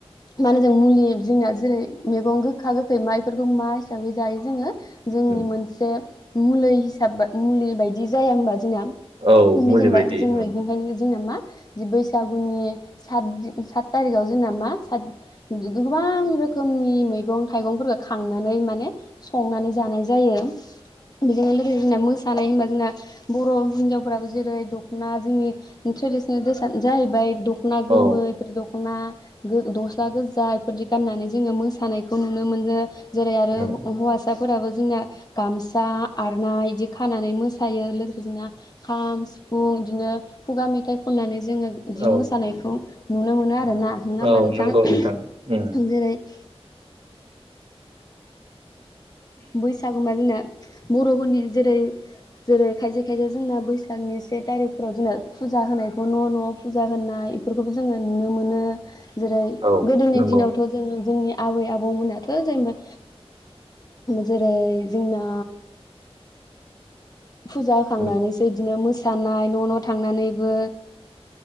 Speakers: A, on the left; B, on the right.
A: <unintelligible> जों मुलि जोंना जेरै मेगं गोखा गोखै माइफोरखौ मा हिसाबै जायो जोङो। जोंनि
B: उम
A: मोनसे। मुलै हिसाब बा मुलि बायदि जाया होमबा? जोंना
B: औ
A: जेनेबा
B: मुलि बायदि
A: जोङो
B: उम
A: बिनिफ्रायनो जोंना मा दि बैसागुनि सातदि सात थारिखाव जोंना मा सात गो-गोबां रोखोमनि मैगं थाइगंफोरखौ खांनानै माने संनानै जानाय जायो बेजोंनो लोगोसे जोंना मोसानाय होनबा जोंना बर' हिनजावफोराबो जेरै दखना जोंनि ट्रेडिसनेल द्रेसानो जाहैबाय द दखना गोमो
B: औ
A: बेफोर दखना गो गस्ला गो जा बेफोरदि गान्नानै जोङो मोसानायखौ नुनो मोनो। जेरै आरो
B: नंगौ
A: हौ-हौवासा फोराबो जोंना गामसा आर'नाइ बिदि खानानै मोसायो लोगोसे जोंना खाम सिफुं बिदिनो खुगा मेथाइ खननानै जोङो इदि
B: औ
A: मोसानायखौ नुनो मोनो आ रोना नोङा होनबा
B: औ
A: नोथां?
B: नंगौ नोंथां उम
A: जेरै <inaudible> बैसागुबा जोंना बर'फोरनि जेरै जेरै खायसे खायसे जोंना बैसागनि से थारिखफोराव जोंना फुजा होनायखौ न' न'आव फुजा होनाय इफोरखौबो जोङो नुनो मोनो। जेरै
B: औ
A: गोदोनि
B: नंगौ
A: दिनावथ' जोङो जोंनि आबै आबौमोनाथ' जेनेबा जेरै जोंना फुजा होखांनानैसो
B: उम
A: इदिनो मोस मोसानाय न' न' थांनानैबो